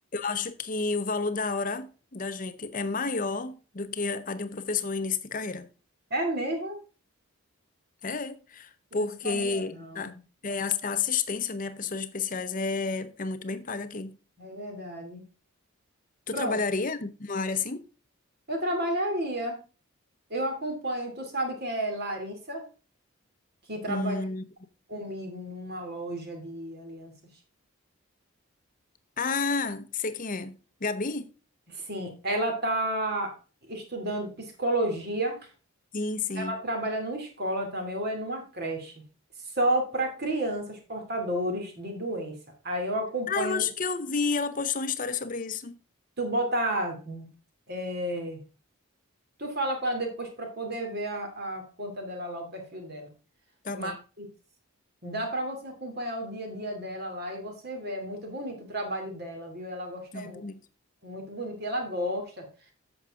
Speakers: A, on the left (about 35°); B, on the right (about 45°).
A: Acho que o valor da hora da gente é maior do que a de um professor em início de carreira.
B: É mesmo?
A: É, porque
B: Eu não sabia, não.
A: a, é, a- a assistência, né, a pessoas especiais é, é muito bem paga aqui.
B: É verdade.
A: Tu
B: Pronto,
A: trabalharia numa área assim?
B: eu trabalharia. Eu acompanho. Tu sabe quem é Larissa, que trabalha
A: Hum.
B: comigo numa loja de alianças.
A: Ah, sei quem é. Gabi?
B: Sim, ela está estudando psicologia
A: Sim, sim.
B: ela trabalha numa escola também, ou é numa creche, só para crianças portadores de doença. Aí eu acompanho,
A: Ah, eu acho que eu vi, ela postou uma história sobre isso.
B: tu bota, é, tu fala com ela depois para poder ver a, a conta dela lá, o perfil dela.
A: Tá
B: Mas
A: bom.
B: dá para você acompanhar o dia a dia dela lá e você vê, é muito bonito o trabalho dela, viu? Ela gosta
A: É,
B: muito,
A: bonito.
B: muito bonito e ela gosta.